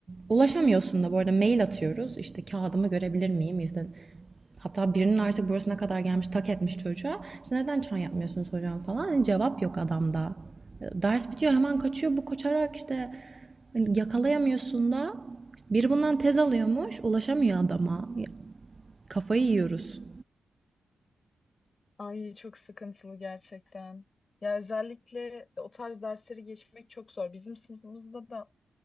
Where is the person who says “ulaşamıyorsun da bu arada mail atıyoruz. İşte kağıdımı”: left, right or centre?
Right